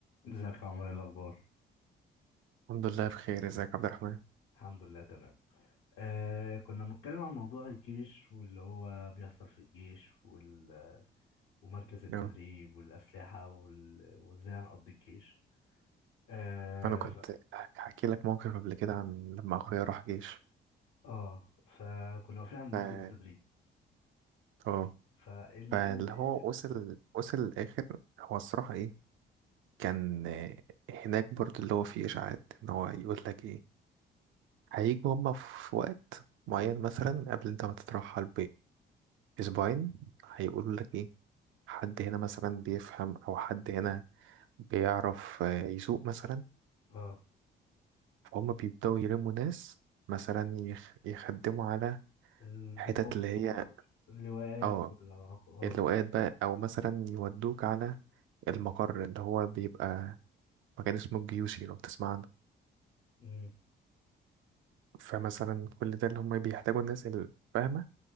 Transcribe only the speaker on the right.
الحمد لله بخير ازيك يا عبد الرحمن
يو.
انا كنت
هحكي لك موقف قبل كده عن لما اخويا راح جيش
ف-
اه
فاللي
هو
وصل وصل الاخر هو الصراحه ايه كان آه، هناك برضو اللي هو فيه اشاعات ان هو يقول لك ايه هيجوا هما في وقت معين مثلا قبل انت ما تترحل باسبوعين هيقولوا لك ايه حد هنا مثلا بيفهم او حد هنا بيعرف آه، يسوق مثلا
فهم بيبدأوا يلموا ناس مثلا يخ... يخدموا على
حتت
اللي هي
اه
اللواءات بقى أو مثلا يودوك على المقر اللي هو بيبقى مكان اسمه الجيوشي لو تسمع عنه
فمثلا كل ده اللي هم بيحتاجوا الناس الفاهمة